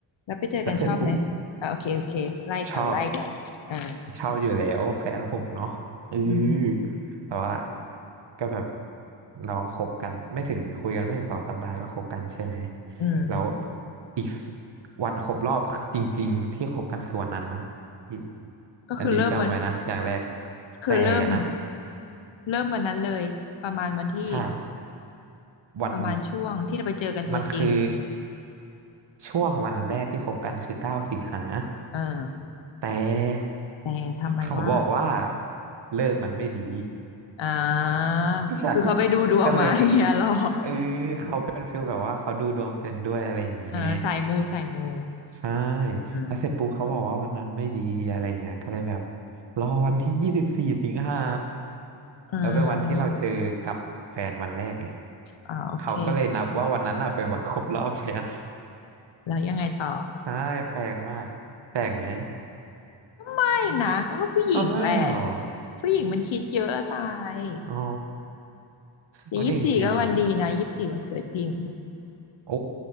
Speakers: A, on the left; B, on the right.
A: แล้วไปเจอกันชอบไหม
B: แล้วเสร็จปุ๊บ
A: อ่าโอเคโอเคไล่ก่อนไล่ก่อนอ่า
B: ชอบชอบอยู่แล้วแฟนผมเนาะเออ
A: อืม
B: แต่ว่าก็แบบเราก็คบกันไม่ถึงคุยกันไม่ถึงสองสัปดาห์ก็คบกันใช่ไหม
A: อืม
B: แล้วอีกสวันครบรอบจริงๆที่คบกันคือวันนั้นนะอีก
A: ก็คือเริ่มวัน
B: อันนี้จำไว้นะอย่างแรก
A: คือเริ่ม
B: แต่นะ
A: เริ่มวันนั้นเลยประมาณวันที่
B: ใช่วัน
A: ประมาณช่วงที่เราไปเจอกันตัวจริง
B: มันคือช่วงวันแรกที่คบกันคือเก้าสิงหา
A: เออ
B: แต่
A: แต่ทำไมว่า
B: เขาบอกว่าเลิกมันไม่ดี
A: อ่า
B: ใช่
A: คือเขาไปดูดวงมา
B: <laughs> ก็เลย
A: <laughs> อย่างเงี้ยหรอ
B: เออเขาเป็นฟิลแบบว่าเขาดูดวงเป็นด้วยอะไรอย่างเงี้ย
A: เออสายมูสายมู
B: ใช่
A: อืม
B: แล้วเสร็จปุ๊บเขาบอกว่าวันนั้นไม่ดีอะไรเงี้ยก็เลยแบบรอวันที่ยี่สิบสี่สิงหา
A: อืม
B: แล้วเป็นวันที่เราเจอกับแฟนวันแรกไง
A: อ่าโอเค
B: เขาก็เลยนับว่าวันนั้นน่ะเป็นวันครบรอบแทน <laughs>
A: แล้วยังไงต่อ
B: ใช่แปลกมากแปลกไหม
A: ไม่นะเขาก็ผู้หญิงแหละ
B: อ๋อไม่หรอ
A: ผู้หญิงมันคิดเยอะอะตาย
B: อ๋อ
A: แต่ยี่สิบสี่ก็วันดีนะยี่สิบสี่วันเกิดพี่เหมือนกัน
B: เอาอย่างนี้เหรอเนี่ย โอ้